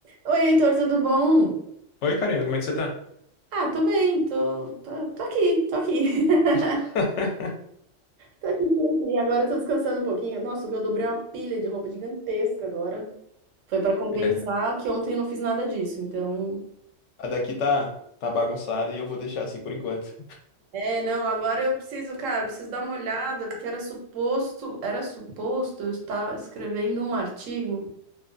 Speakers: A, on the right; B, on the left.
A: Oi, Heitor, tudo bom?
B: Oi, Karina, como é que você tá?
A: Ah, tô bem, tô, tô, tô aqui, tô aqui. <laughs>
B: <laughs>
A: Tô aqui, tô aqui. Agora eu tô descansando um pouquinho. Nossa, eu dobrei uma pilha de roupa gigantesca agora. Foi pra compensar
B: É.
A: que ontem eu não fiz nada disso, então.
B: A daqui tá, tá bagunçada e eu vou deixar assim por enquanto.
A: É, não, agora eu preciso, cara, eu preciso dar uma olhada, porque era suposto, era suposto eu estar escrevendo um artigo.